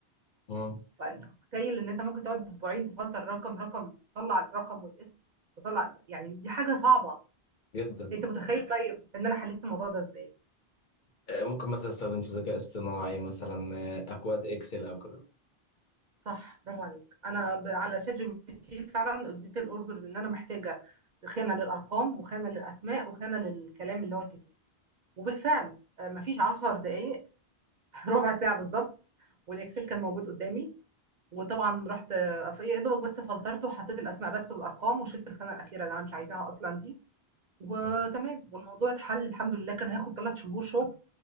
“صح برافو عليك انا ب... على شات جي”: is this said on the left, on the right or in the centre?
Right